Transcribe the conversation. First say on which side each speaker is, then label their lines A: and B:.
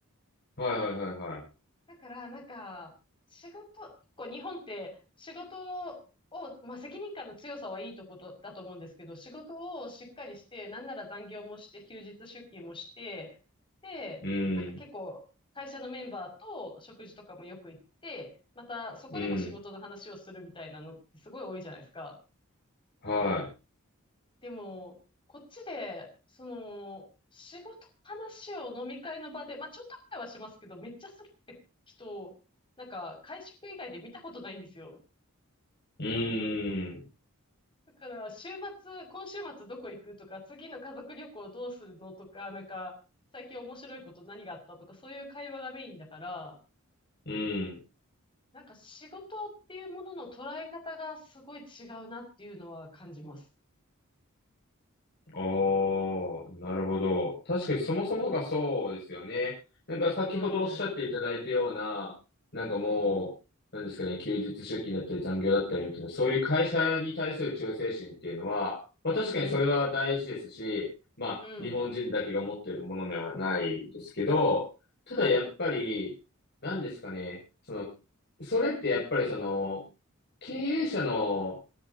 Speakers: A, on the left; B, on the left.
A: はいはいはいはい。
B: だから、なんか、仕事、こう日本って仕事を、まあ、責任感の強さはいいとことだと思うんですけど、仕事をしっかりして、なんなら残業もして、休日出勤もして、で、
A: うん、
B: なんか結構、会社のメンバーと食事とかもよく行って、またそこでも仕事の話をするみたいなのってすごい多いじゃないですか。
A: うん。は
B: でも、こっちで、その、仕事の話を飲み会の場で、まあちょっとくらいはしますけど、めっちゃするって人なんか、会食以外で見たことないんですよ。
A: い。うん、
B: だから、週末、今週末どこ行くとか、次の家族旅行どうするのとか、なんか、最近面白いこと何があったとか、そういう会話がメインだから、
A: うん。
B: なんか仕事っていうものの捉え方がすごい違うなっていうのは感じます。
A: ああ、なるほど。確かにそもそもがそうですよね。なんか先ほどおっしゃっていただいたような、
B: うん。うん
A: なんかもう、
B: うん。
A: なんですかね、休日出勤だったり残業だったりみたいな、そういう会社に対する忠誠心っていうのは、まあ確かにそれは大事ですし、
B: うんうん。
A: まあ日本人だけが持っているものではないですけど、
B: うん。
A: ただやっぱり、
B: はい。
A: なんですかね、その、それってやっぱりその、経営者の、